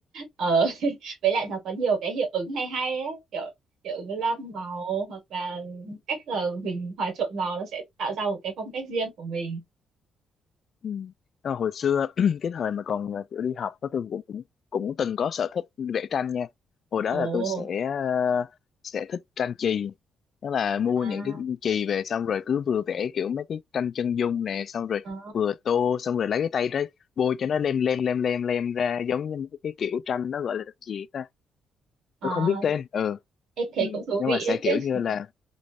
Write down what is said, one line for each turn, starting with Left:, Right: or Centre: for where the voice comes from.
Right: Ờ, <laughs> với lại nó có nhiều cái hiệu ứng hay hay ấy, kiểu hiệu ứng lam màu hoặc là cách là mình hòa trộn màu nó sẽ tạo ra một cái phong cách riêng của mình.
Left: Ừ. Ờ, hồi xưa <clears throat> cái thời mà còn à, kiểu đi học đó tôi cũng cũng cũng từng có sở thích vẽ tranh nha hồi đó
Right: Ồ,
Left: là tôi sẽ à, sẽ thích tranh chì đó là mua
Right: à
Left: những cái chì về xong rồi cứ vừa vẽ kiểu mấy cái tranh chân dung nè xong rồi
Right: Ờ,
Left: vừa tô xong rồi lấy cái tay đấy bôi cho nó lem lem lem lem lem ra giống như mấy cái kiểu tranh nó gọi là cái gì ta
Right: ờ,
Left: tôi không biết tên ừ
Right: em thấy
Left: ừ,
Right: cũng thú
Left: nhưng
Right: vị
Left: mà sẽ kiểu
Right: đấy
Left: như
Right: chứ.
Left: là